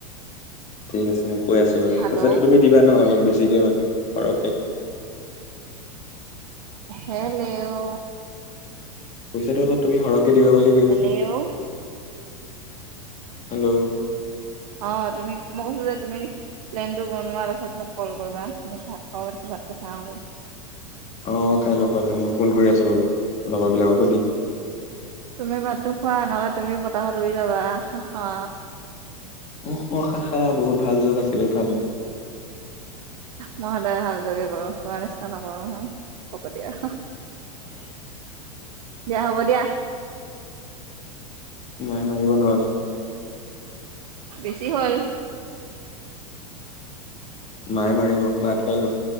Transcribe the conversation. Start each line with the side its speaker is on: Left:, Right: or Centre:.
Left: ঠিক আছে মই কৈ আছো বাৰু
Right: হেল্ল'
Left: পইচাটো তুমি দিবা ন অলপ বেছিকে মানে সৰহে।
Right: হেললেও।
Left: পইচাটো অলপ তুমি সৰহকে দিবা বুলি কৈছো।
Right: Hello
Left: hello.
Right: অ তুমি মই কৈছো যে তুমি, প্লেন টো বনোৱাৰ পাছত মোক কল কৰিবা মোক ভ। সাত খাওঁ।
Left: আহ খাই লওঁ খুৱাই লওঁ মই ফোন কৰি আছো বাৰু, লগৰ বিলাকক সুধি।
Right: তুমি ভাতটো খোৱা নহলে তুমি বতাহত ৰুই যাবা হা।
Left: মুক খা খা বহুত ভাল যুগ আছিলে ভাল যুগ।
Right: মই সদায় ভাল যোগে কৰো তোমাৰ নিচিনা নকৰো নহয় হক দিয়া।
Left: উম।
Right: দিয়া হ'ব দিয়া।
Left: মায়ে মাৰিব নহ'লে
Right: বেছি হ'ল।
Left: মাই মাৰিব ভাত খাই লোৱা।